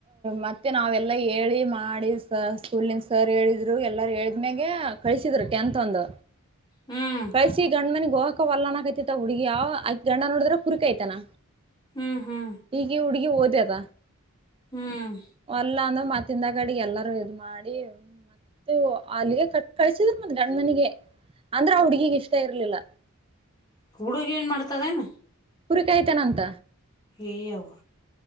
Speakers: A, on the right; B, on the left.
A: ಮತ್ತೆ ನಾವೆಲ್ಲಾ ಹೇಳಿ ಮಾಡಿ ಸ್ಕೂಲ್ಂದ ಸರ್ ಹೇಳಿದ್ರು ಎಲ್ಲಾರ ಹೇಳಿದ್ಮ್ಯಾಗ ಕಳಿಸಿದ್ರು ಟೆಂತ್ ಒಂದ್
B: ಹ್ಮ್
A: ಕಳಿಸಿ ಗಣ್ಮನ್ ಹೋಗಕ ವಲ್ಲನಕತಿತ ಅವ್ ಹುಡುಗಿ ಅವ್ ಗಂಡ ನೋಡದ್ರೆ ಕುರಿ ಕೈತನ
B: ಹ್ಮ್ ಹ್ಮ್
A: ಈಗಿ ಉ ಹುಡುಗಿ ಓದ್ಯಾದ
B: ಹ್ಮ್
A: ವರ್ಲ್ಲ ಅಂದ ಮತ್ ತಿಂದ ಕಾಡಿಗೆ ಎಲ್ಲಾರೂ ಇದ್ ಮಾಡಿ ಮತ್ತ ಅಲ್ಲಿಗೆ ಕಟ್ಟಿ ಕಳ್ಸಿದ್ರರು ಮತ್ ಗಂಡ ಮನಿಗೆ ಅಂದ್ರ ಹುಡ್ಗಿಗ್ ಇಷ್ಟ ಇರ್ಲಿಲ್ಲ
B: ಹುಡುಗ ಏನ್ ಮಾಡ್ತದೇನ
A: ಕುರಿಕಾಯ್ತಾನ ಅಂತ
B: ಹೇ ಯವ್ವ